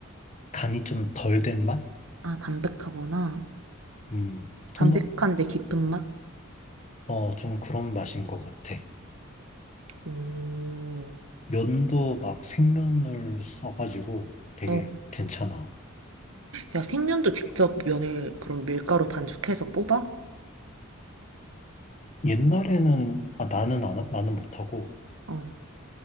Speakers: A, on the left; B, on the right.
A: 간이 좀 덜 된 맛?
B: 아, 담백하구나.
A: 음,
B: 담백한데
A: 토마,
B: 깊은 맛?
A: 어, 좀 그런 맛인 것 같아.
B: 오.
A: 면도 막 생면을 써가지고 되게
B: 어.
A: 괜찮아.
B: 야, 생면도 직접 면을 그럼 밀가루 반죽해서 뽑아?
A: 옛날에는, 아, 나는 안, 나는 못하고,
B: 어.